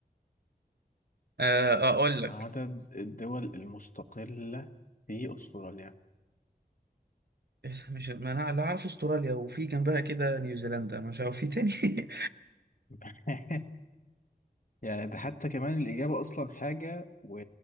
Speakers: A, on the right; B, on the left.
A: آه، اقول لك
B: عدد الدول المستقلة في أستراليا
A: إيه، مش ما انا اللي عارف استراليا وفي جنبها كده نيوزيلندا مش عارف في تاني <laughs>
B: <laughs> يعني ده حتى كمان الإجابة أصلا حاجة و...